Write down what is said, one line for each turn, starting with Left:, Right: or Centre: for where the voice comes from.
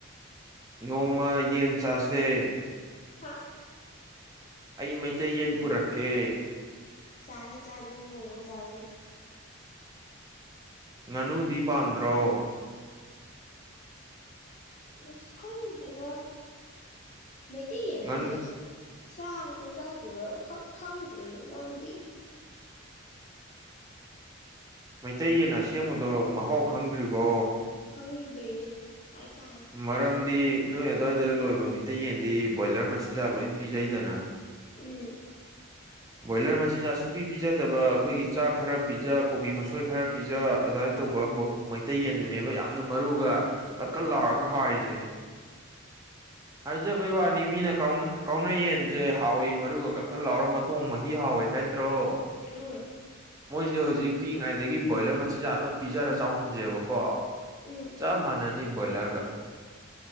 Right: ꯅꯣꯡꯃ ꯌꯦꯟ ꯆꯥꯁꯦ
Left: ꯍꯥ
Right: ꯑꯩ ꯃꯩꯇꯩ ꯌꯦꯟ ꯄꯨꯔꯛꯀꯦ
Left: ꯆꯥꯖꯦ ꯆꯥꯖꯦ ꯅꯣꯡꯃ ꯆꯥꯖꯦ
Right: ꯉꯥꯅꯨꯗꯤ ꯄꯥꯝꯗ꯭ꯔꯣ
Left: ꯁꯦ ꯈꯗꯤꯦꯗ ꯃꯩꯇꯩ ꯌꯦꯅꯁꯦ
Right: ꯉꯥꯅꯨ
Left: ꯆꯥꯔꯕ ꯆꯥꯗ꯭ꯔꯤꯕ꯭ꯔ ꯈꯪꯗ꯭ꯔꯦ ꯃꯔꯝꯗꯤ
Right: ꯃꯩꯇꯩꯌꯦꯟ ꯑꯁꯦꯡꯕꯗꯣ ꯃꯍꯥꯎ ꯈꯪꯗ꯭ꯔꯤꯕꯣ
Left: ꯐꯪꯗ꯭ꯔꯤꯌꯦ ꯍꯥꯏꯇꯥꯔꯦ
Right: ꯃꯔꯝꯗꯤ ꯅꯣꯏ ꯑꯗꯨ꯭ꯋꯥꯏꯗ ꯂꯣꯏꯕ ꯃꯩꯇꯩ ꯌꯦꯟꯗꯤ ꯕꯣꯏꯂꯔ ꯃꯆꯤꯟꯖꯥꯛ ꯂꯣꯏ ꯄꯤꯖꯩꯗꯅ
Left: ꯎꯝ
Right: ꯕꯣꯏꯂꯔ ꯃꯆꯤꯟ ꯁꯨꯛꯄꯤ ꯄꯤꯖꯗꯕ ꯑꯩꯈꯣꯏꯒꯤ ꯆꯥꯛ ꯈꯔ ꯄꯤꯖ ꯀꯣꯕꯤ ꯃꯁꯣꯏ ꯈꯔ ꯄꯤꯖ ꯑꯗꯨꯃꯥꯏꯅ ꯇꯧꯕ ꯃꯩꯇꯩ ꯌꯦꯟꯗꯨꯅꯦꯕ ꯌꯥꯝꯅ ꯃꯔꯨꯒ ꯀꯟ ꯀꯟ ꯂꯥꯎꯔꯒ ꯍꯥꯏꯔꯤꯁꯦ ꯍꯥꯏꯖꯕꯩ ꯋꯥꯅꯤ ꯃꯤꯅ ꯀꯥꯎꯅꯌꯦꯟꯁꯦ ꯍꯥꯎꯏꯤ ꯃꯔꯨ ꯀꯔ ꯀꯔ ꯂꯥꯛꯔ ꯃꯇꯨꯡꯣꯡ ꯃꯍꯤ ꯍꯥꯎꯏꯦ ꯍꯥꯏꯗ꯭ꯔꯣ
Left: ꯎꯝ
Right: ꯃꯣꯏꯁꯦ ꯍꯧꯖꯤꯛ ꯄꯤꯛꯏꯉꯩꯗꯒꯤ ꯕ꯭ꯔꯣꯏꯂꯔ ꯃꯆꯤꯟꯖꯥꯛ ꯑꯗꯨꯝ ꯄꯤꯖꯔ ꯆꯥꯎꯍꯟꯁꯦꯕꯀꯣ
Left: ꯎꯝ
Right: ꯆꯞ ꯃꯥꯟꯅꯅꯤ ꯕꯣꯏꯂꯔꯒ